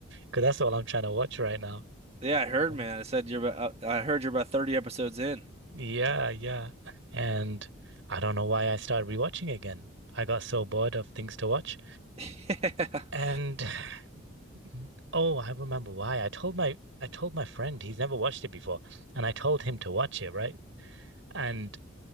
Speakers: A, on the right (about 70°); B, on the right (about 30°).
A: Because that's all I'm trying to watch right now.
B: Yeah, I heard,
A: Um,
B: man. I said you're about uh, I heard you're about 30 episodes in.
A: yeah, yeah. And I don't know why I started rewatching again. I got so bored of things to watch.
B: <laughs>
A: And <sighs> oh, I remember why. I told my I told my friend he's never watched it before, and I told him to watch it, right? And